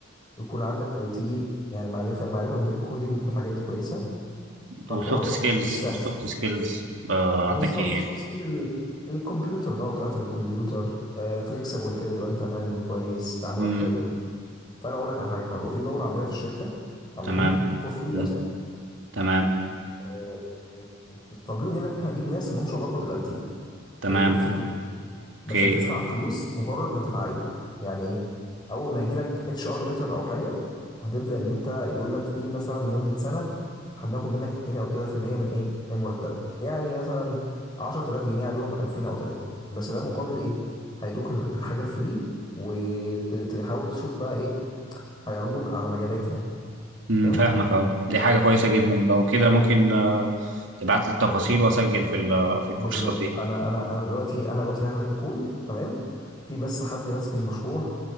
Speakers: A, on the left (about 20°); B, on the right (about 70°).
A: يكون عندك اي تي يعني معرفه معرفه بالكودينج والحاجات دي كويسه فالحوار
B: وسوفت سكيلز
A: مش سهل
B: والسوفت سكيلز آه
A: بالظبط
B: عندك ايه
A: سوفت سكيلز ال- الكمبيوتر بقى وطريقتك الكمبيوتر آه فليكسبل كده تبقى انت مرن كويس تعاملك
B: امم
A: حلو فانا اقول لك على حاجه حلوه في دوره عندنا في الشركه عاملينها
B: تمام
A: فور فري
B: مم.
A: اصلا
B: تمام
A: آه، طالبين مننا ان احنا نجيب ناس ما لهمش علاقه بالاي تي
B: تمام
A: هي فور فري بس
B: اوكي
A: هتدفع فلوس مجرد ما تتعين يعني ايه اول ما يجي لك اتش ار ليتر او حاجه هتبدا ان انت يقول لك في مثلا لمده سنه هناخد منك 2 او 3% من ايه من مرتبك يعني مثلا 10000 جنيه عليهم 2000 او 3 بس ده مقابل ايه هيدوك الحاجه فري وتحاول تشوف بقى ايه هيعرضوك على مجالات يعني
B: امم
A: فاهم
B: فاهمك اهو دي حاجه كويسه جدا لو كده ممكن آه، تبعت لي التفاصيل واسجل في ال- آه، في الكورسات
A: بالظبط
B: دي
A: انا انا أنا دلوقتي انا دلوقتي هاخدك كول تمام في بس حد ماسك المشروع